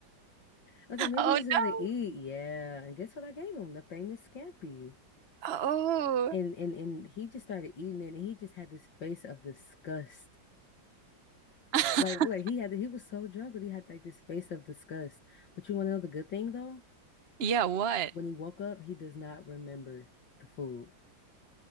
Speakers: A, on the left (about 70°); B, on the right (about 40°).
A: I was like, maybe
B: Oh
A: you just gotta
B: no.
A: eat. Yeah. And guess what I gave him? The famous scampi.
B: Oh.
A: And and and he just started eating it and he just had this face of disgust.
B: <laughs>
A: Like, like he had, he was so drunk, but he had like this face of disgust. But you want to know the good thing though?
B: Yeah, what?
A: When he woke up, he does not remember the food.